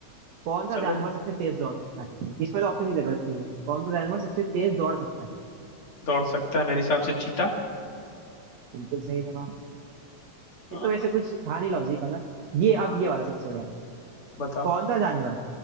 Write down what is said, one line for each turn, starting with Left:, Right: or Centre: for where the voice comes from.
Right: कौन सा
Left: चलो
Right: जानवर सबसे तेज दौड़ सकता है इसमें तो ऑप्शन की जरूरत नहीं है कौन सा जानवर सबसे तेज दौड़ सकता है
Left: दौड़ सकता है मेरे हिसाब से चीता
Right: बिल्कुल सही जवाब
Left: हाँ
Right: ये तो वैसे
Left: हाँ
Right: कुछ था नहीं लॉजिक वाला ये
Left: हाँ
Right: अब ये वाला सबसे बढ़िया है।
Left: बताओ
Right: कौन सा जानवर